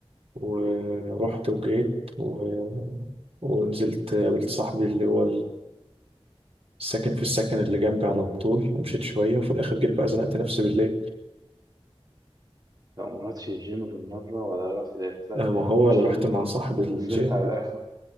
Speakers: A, on the right; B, on the right.
A: ورحت وجيت و... ونزلت قابلت صاحبي اللي هو الساكن في السكن اللي جنبي على طول ومشيت شوية وفي الآخر جيت بقى زنقت نفسي بالليل
B: لا ما رحتش الجيم بالمرة ولا رحت لعبت لك
A: آه، ما
B: ماتشين
A: هو أنا رحت مع صاحب
B: ولا
A: الجيم
B: نزلت على القهوة